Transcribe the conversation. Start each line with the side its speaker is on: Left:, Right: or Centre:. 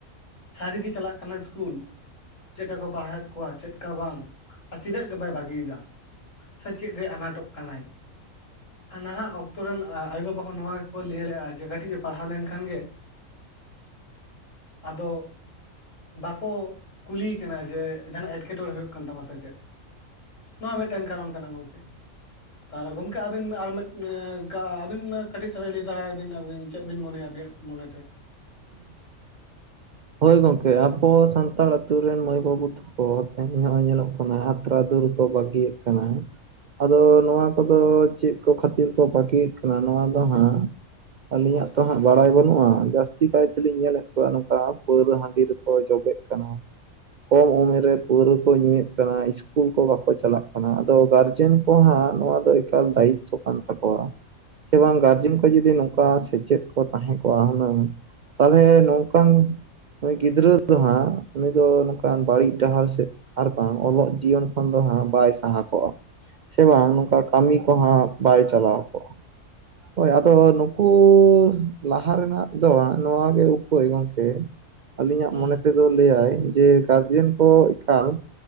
Left: ᱥᱟᱹᱨᱤ ᱜᱮ ᱪᱟᱞᱟᱜ ᱠᱟᱱᱟ ᱤᱥᱠᱩᱞ ᱪᱮᱫ ᱞᱮᱠᱟ ᱠᱚ ᱯᱟᱲᱦᱟᱣᱮᱫ ᱠᱚᱣᱟ ᱪᱮᱫ ᱠᱟ ᱵᱟᱝ ᱟᱨ ᱪᱮᱫᱟᱜ ᱜᱮ ᱵᱟᱭ ᱵᱟᱹᱜᱤᱭᱮᱫᱟ ᱥᱮ ᱪᱮᱫ ᱨᱮ ᱟᱱᱟᱴᱚᱜ ᱠᱟᱱᱟᱭ᱾ ᱱᱟᱦᱟᱜ ᱚᱠᱛᱚ ᱨᱮᱱ ᱟᱭᱳᱼ ᱵᱟᱵᱟ ᱦᱚᱸ ᱱᱚᱣᱟ ᱜᱮᱠᱚ ᱞᱟᱹᱭ ᱞᱮᱫᱼᱟ ᱡᱮ ᱠᱟᱹᱴᱤᱡ ᱮ ᱯᱟᱲᱦᱟᱣ ᱞᱮᱱᱠᱷᱟᱱ ᱜᱮ ᱟᱫᱚ ᱵᱟᱠᱚᱼᱼ ᱠᱩᱞᱤᱭᱮ ᱠᱟᱱᱟ ᱡᱮ ᱡᱟᱦᱟᱱᱟᱜ ᱮᱴᱠᱮᱴᱚᱲᱮ ᱦᱩᱭᱩᱜ ᱠᱟᱱ ᱛᱟᱢᱟ ᱥᱮ ᱪᱮᱫ? ᱱᱚᱣᱟ ᱢᱤᱫᱴᱮᱱ ᱠᱟᱨᱚᱱ ᱠᱟᱱᱟ ᱜᱚᱢᱠᱮ ᱛᱟᱦᱚᱞᱮ ᱜᱚᱢᱠᱮ ᱟᱵᱤᱱ ᱟᱨ ᱢᱤᱫᱴᱮᱱᱼᱼ ᱟᱹᱵᱤᱱ ᱢᱟ ᱠᱟᱹᱴᱤᱡ ᱛᱟᱞᱟᱝ ᱞᱟᱹᱭ ᱫᱟᱲᱟᱭ ᱵᱤᱱ ᱟᱵᱤᱱ ᱪᱮᱫ ᱵᱤᱱ ᱢᱚᱱᱮᱭᱟ ᱟᱵᱤᱱᱟᱜ ᱢᱚᱱᱮ ᱛᱮ?
Right: ᱦᱳᱭ ᱜᱚᱝᱠᱮ ᱟᱵᱚ ᱥᱟᱱᱛᱟᱲ ᱟᱛᱩ ᱨᱮᱱ ᱢᱟᱹᱭ ᱵᱟᱹᱵᱩ ᱛᱟᱠᱚᱼᱼ ᱛᱮᱦᱮᱧ ᱱᱚᱜᱼᱚᱭ ᱧᱮᱞᱚᱜ ᱠᱟᱱᱟ ᱟᱛᱨᱟᱫᱩᱨ ᱨᱮᱠᱚ ᱵᱟᱹᱜᱤᱭᱮᱫ ᱠᱟᱱᱟ᱾ ᱟᱫᱚ ᱱᱚᱣᱟ ᱠᱚᱫᱚ ᱪᱮᱫ ᱠᱚ ᱠᱷᱟᱹᱛᱤᱨ ᱠᱚ ᱯᱷᱟᱹᱠᱤᱭᱮᱫ ᱠᱟᱱᱟ ᱱᱚᱣᱟ ᱫᱚ ᱦᱟᱸᱜ ᱟᱹᱞᱤᱧᱟᱜ ᱛᱚ ᱦᱟᱸᱜ ᱵᱟᱲᱟᱭ ᱵᱟᱹᱱᱩᱜᱼᱼ ᱟ ᱡᱟᱹᱥᱛᱤ ᱠᱟᱭ ᱛᱮᱞᱤᱧ ᱧᱮᱞᱮᱫ ᱠᱚᱣᱟ ᱱᱚᱝᱠᱟ ᱯᱟᱹᱣᱨᱟᱹ ᱦᱟᱺᱰᱤ ᱨᱮᱠᱚ ᱡᱚᱵᱮᱜ ᱠᱟᱱᱟ᱾ ᱠᱚᱢ ᱩᱢᱮᱨ ᱨᱮ ᱯᱟᱹᱣᱨᱟᱹ ᱠᱚ ᱧᱩᱭᱮᱫ ᱠᱟᱱᱟ ᱤᱥᱠᱩᱞ ᱠᱚ ᱵᱟᱠᱚ ᱪᱟᱞᱟᱜ ᱠᱟᱱᱟ ᱟᱫᱚ ᱜᱟᱨᱡᱮᱱ᱾ ᱟᱠᱚ ᱦᱚᱸ ᱱᱚᱣᱟ ᱫᱚ ᱮᱠᱟᱞ ᱫᱟᱭᱤᱛᱛᱚ ᱠᱟᱱ ᱛᱟᱠᱚᱣᱟ᱾ ᱥᱮ ᱵᱟᱝ ᱜᱟᱨᱡᱮᱱ ᱠᱚ ᱡᱩᱫᱤ ᱱᱚᱝᱠᱟ ᱥᱮᱪᱮᱫ ᱠᱚ ᱛᱟᱦᱮᱸ ᱠᱚᱜᱼᱟ ᱦᱩᱱᱟᱹᱝ, ᱛᱟᱦᱚᱞᱮ ᱱᱚᱝᱠᱟᱱ ᱩᱱᱤ ᱜᱤᱫᱽᱨᱟᱹ ᱫᱚ ᱦᱟᱸᱜ ᱩᱱᱤ ᱫᱚ ᱱᱚᱝᱠᱟᱱ ᱵᱟᱹᱲᱤᱡ ᱰᱟᱦᱟᱨ ᱥᱮᱫᱼᱼ ᱟᱨ ᱵᱟᱝ ᱚᱞᱚᱜ ᱡᱤᱭᱚᱱ ᱠᱷᱚᱱ ᱫᱚ ᱦᱟᱸᱜ ᱵᱟᱭ ᱥᱟᱦᱟ ᱠᱚᱜᱼᱟ᱾ ᱥᱮ ᱵᱟᱝ ᱱᱚᱝᱠᱟ ᱠᱟᱹᱢᱤ ᱠᱚᱦᱚᱸ ᱵᱟᱭ ᱪᱟᱞᱟᱣ ᱠᱚᱜᱼᱟ᱾ ᱦᱳᱭ ᱟᱫᱚ ᱱᱩᱠᱩᱼᱼ ᱞᱟᱦᱟ ᱨᱮᱱᱟᱜ ᱫᱚ ᱱᱚᱣᱟ ᱜᱮ ᱩᱯᱟᱹᱭ ᱜᱚᱝᱠᱮ ᱟᱹᱞᱤᱧᱟᱜ
Left: ᱦᱩᱸ
Right: ᱢᱚᱱᱮᱼᱼ ᱛᱮᱫ ᱞᱟᱹᱭᱟᱭ ᱡᱮ ᱜᱟᱨᱡᱮᱱ ᱠᱚ ᱮᱠᱟᱞ